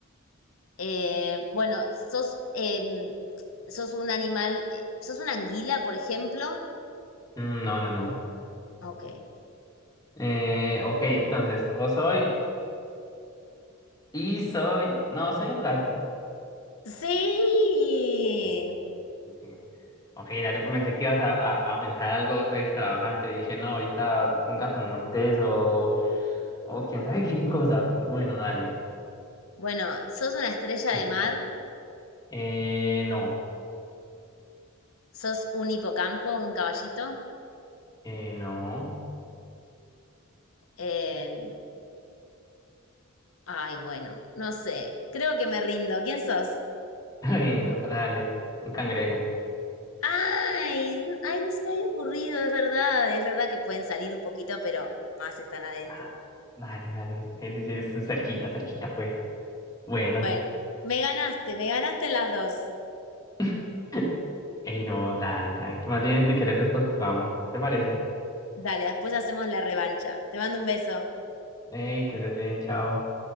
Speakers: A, on the left; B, on the left.
A: Eh, bueno, sos, em, sos un animal, sos una anguila, por ejemplo.
B: Mm, no, no, no.
A: Ok.
B: Eh, ok, entonces, o soy y soy. No, soy un gato.
A: Sí.
B: Ok, sí. sí. Ok, dale, pensé que ibas a, a- a pensar algo todo extravagante. Dije, no, ahorita un gato montés o, o quién sabe <laughs> qué cosa. Pero bueno, dale.
A: Bueno, sos una estrella
B: Sigue.
A: de mar,
B: Eh, no.
A: sos un hipocampo, un caballito.
B: Eh, no.
A: Em, ay, bueno, no sé, creo que me rindo. ¿Quién sos?
B: <laughs> Lindo, dale, un cangrejo.
A: Ay, n- ay, no se me había ocurrido, es verdad, es verdad que pueden salir un poquito, pero más están adentro.
B: Ah, Dale, dale. Sí, sí, sí, es cerquita, cerquita fue. Bueno.
A: Bueno, me ganaste, me ganaste en las dos.
B: <laughs> Ey, no, dale, tranqui. Más bien, si querés, después jugamos. ¿Te parece?
A: Dale, después hacemos la revancha. Te mando un beso.
B: Ey, que estés bien, chao.